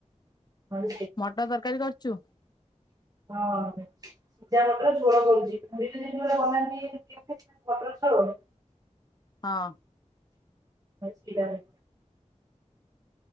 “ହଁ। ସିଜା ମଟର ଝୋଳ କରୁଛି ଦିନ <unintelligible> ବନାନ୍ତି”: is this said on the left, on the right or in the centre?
Right